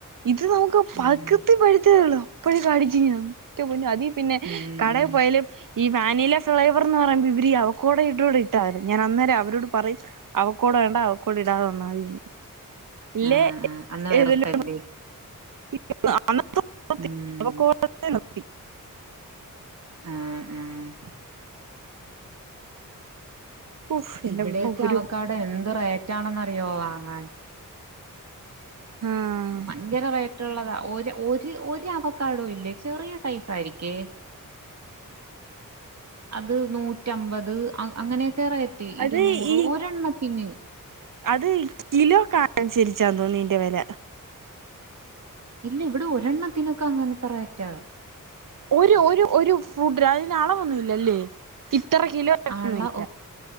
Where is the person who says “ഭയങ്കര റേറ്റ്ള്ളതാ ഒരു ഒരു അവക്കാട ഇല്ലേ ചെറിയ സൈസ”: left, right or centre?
Right